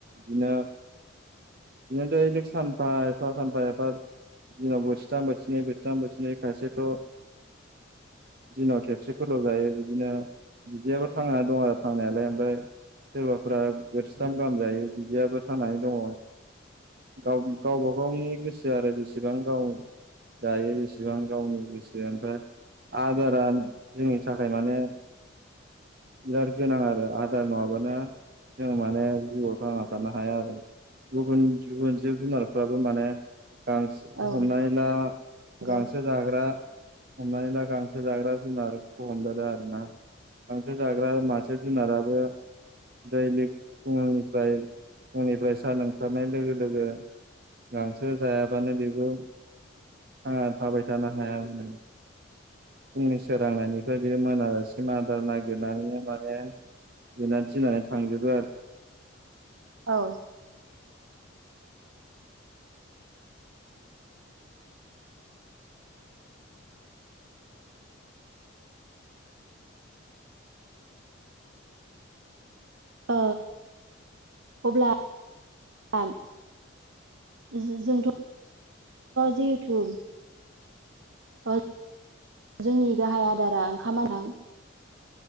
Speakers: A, on the right; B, on the right.
A: बिदिनो बिदिनो दैलिक सानफा एफा सानफा एफा दिनाव बोथिथाम बोथिनै बोथिथाम बोथिनै खायसेथ दिनाव खेबसेफोरल' जायो बिदिनो बिदियाबो थांनानै दं आरो थांनायालाय दा सोरबाफोरा बोथिथाम गाहाम जायो बिदियाबो थांनानै दङ गाव गावबा गावनि गोसो आरो बेसेबां गाव जायो बेसेबां गावनो बेसे ओमफ्राय आदारा जोंनि थाखाय माने बिराद गोनां आरो आदार नङाबानो जों माने जिउआव थाङा बारनो हाया आर' गुबुन गुबुन जिब जुनारफ्राबो माने गांसो
B: औ
A: हमनानै ला
B: नंगौ
A: गांसो जाग्रा हमनानै ला गांसो जाग्रा जुनारखौ हमजागोन आरो ना गांसो जाग्रा मासे जुनाराबो दैलिग फुंनिफ्राय फुंनिफ्राय सान ओंखारनाय लोगो लोगो गांसो जायाबानो बेबो आ थाबायथानो हाया होनदो फुंनि सोरांनायनिफ्राय बे मोनाजासिम आदार नागिरनानैनो माने बेना दिनानो थांजोबो आ
B: औ अ अब्ला आम जों जोंथ जेहेटु अ जोंनि गाहाय आदारा ओंखामा <unintelligible>